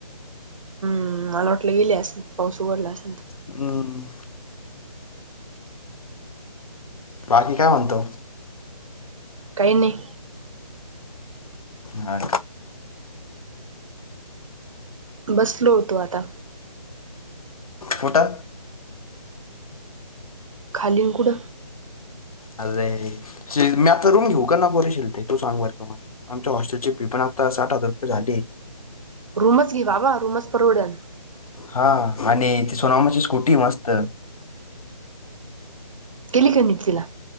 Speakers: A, on the right; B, on the left.
A: ह मला वाटलं गेलेस पाऊस उघडलास
B: हम् बाकी काय म्हणतो
A: काही नाही
B: ह
A: बसलो होतो आता
B: कठा
A: खालीनकुड
B: अरे मी आता रूम घेऊ का ना बरेशील ते तू सांग बर का मला आमच्या हॉस्टेल चेी पण आता साठ हजार रुपये झाली
A: रूम च घे बाबा रूमच परवडन,
B: हा आणि त सोनामाची स्कूटी मस्त,
A: केली का नीट तिला!